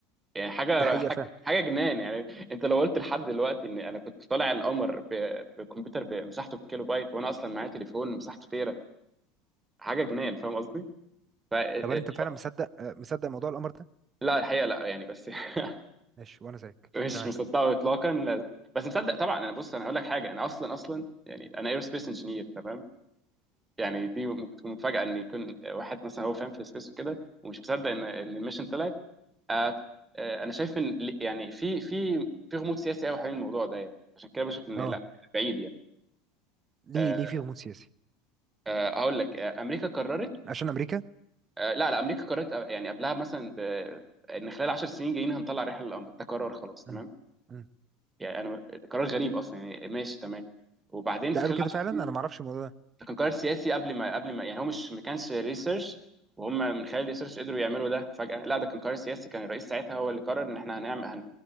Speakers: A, on the right; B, on the right.
A: يعني حاجه
B: دي حقيقه
A: حاجه
B: فعلا
A: حاجة جنان يعني انت لو قلت لحد دلوقتي ان انا كنت طالع القمر ب- بكمبيوتر بمساحته بالكيلو بايت وانا اصلا معايا تليفون مساحته تيرا حاجه جنان فاهم قصدي؟ ف... آه،
B: طب انت
A: آه،
B: فعلا مصدق آه، مصدق موضوع القمر ده
A: لا الحقيقه لا يعني بس <laughs>
B: ماشي وانا زيك
A: مش
B: تمام
A: مصدقه اطلاقا لا- بس مصدق طبعا انا بص انا هقول لك حاجه انا اصلا اصلا يعني انا ايرو سبيس انجينير تمام يعني دي ممكن تكون مفاجاه ان يكون واحد مثلا هو فاهم في السبيس وكده ومش مصدق ان ان الميشن طلعت آه، آه، انا شايف ان يعني في في في غموض سياسي قوي حوالين الموضوع ده يعني عشان كده بشوف ان
B: اه
A: لا بعيد يعني
B: ليه
A: آه،
B: ليه في غموض سياسي
A: آه، اقول لك آه، امريكا قررت
B: عشان امريكا
A: آه، لا لا امريكا قررت آه، يعني قبلها مثلا ب- ان خلال 10 سنين جايين هنطلع رحله للقمر ده قرار خلاص تمام
B: امم امم
A: يعني انا قرار غريب اصلا يعني ماشي تمام وبعدين
B: ده
A: في
B: قالوا
A: خلال
B: كده
A: 10
B: فعلا
A: سنين
B: انا ما اعرفش الموضوع ده
A: ده كان قرار سياسي قبل ما قبل ما يعني هو مش ما كانش ريسيرش وهم من خلال الريسيرش قدروا يعملوا ده فجأة لا ده كان قرار سياسي كان الرئيس ساعتها هو اللي قرر ان احنا هنعمل هن...